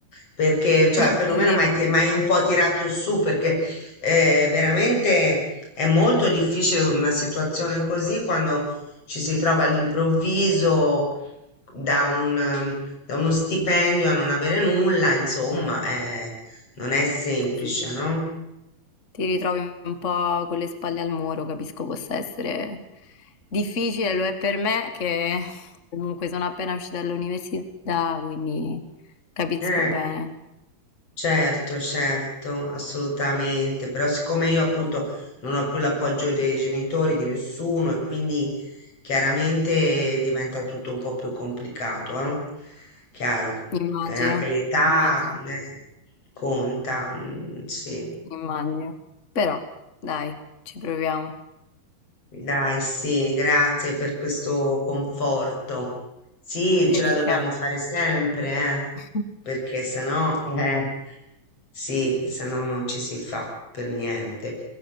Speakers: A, on the left; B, on the left.
A: perché, cioè,
B: Non
A: perlomeno
B: ti,
A: mi hai ti- mi hai un po' tirato su, perché eh, veramente è molto difficile una situazione così quando ci si trova all'improvviso da un, ehm, da uno stipendio a non avere nulla, insomma, eh, non è semplice,
B: così,
A: no?
B: ti ritrovi un po' con le spalle al muro, capisco possa essere difficile, lo è per me che comunque sono appena uscita dall'università, quindi capisco
A: Eh.
B: bene.
A: Certo, certo, assolutamente, però siccome io appunto non ho più l'appoggio dei genitori, di nessuno e quindi chiaramente diventa tutto un po' più complicato, eh? Chiaro,
B: Immagino,
A: eh, anche l'età
B: immagino,
A: eh, conta, mm, sì.
B: immagino. Però dai, ci proviamo.
A: Dai, sì, grazie per questo conforto. Sì, ce
B: E
A: la
B: di
A: dobbiamo
B: che.
A: fare sempre, eh,
B: <laughs>
A: perché sennò, eh. Sì, se no non ci si fa per niente.